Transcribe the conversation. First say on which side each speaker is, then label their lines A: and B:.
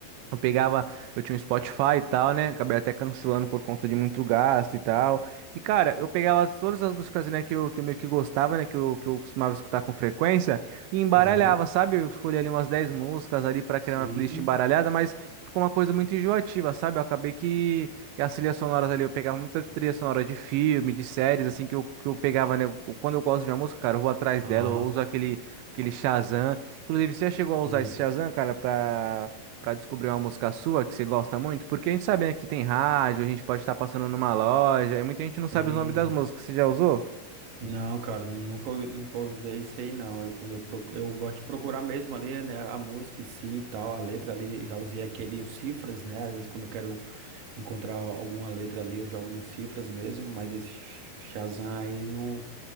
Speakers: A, on the right (about 85°); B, on the right (about 65°).
A: Eu pegava, eu tinha um Spotify e tal, né? Acabei até cancelando por conta de muito gasto e tal. E, cara, eu pegava todas as músicas, né, que eu, que eu meio que gostava, né, que eu, que eu costumava escutar com frequência e embaralhava,
B: Uhum.
A: sabe? Eu escolhi ali umas 10 músicas ali pra criar
B: Sim.
A: uma playlist embaralhada, mas ficou uma coisa muito enjoativa, sabe? Eu acabei que, que as trilhas sonoras ali, eu pegava muita trilha sonora de filme, de séries, assim, que eu, que eu pegava, né? eu- Quando eu gosto de uma música, cara, eu vou atrás dela,
B: Aham.
A: eu uso aquele, aquele Shazam. Inclusive, você já chegou a usar
B: Sim.
A: esse Shazam, cara, pra para descobrir uma música sua que você gosta muito? Porque a gente sabe, né, que tem rádio, a gente pode estar passando numa loja, e muita gente não sabe
B: Sim.
A: os nomes das músicas. Você já usou?
B: Não, cara, nu- nunca, u- nunca usei isso aí, não. Eu, quando eu, procu- eu gosto de procurar mesmo ali, né, a música em si e tal, a letra ali, eu já usei aquele, os cifras, né, às vezes quando eu quero encontrar alguma letra ali, eu jogo nos cifras mesmo, mas esse Sh- Shazam aí, não,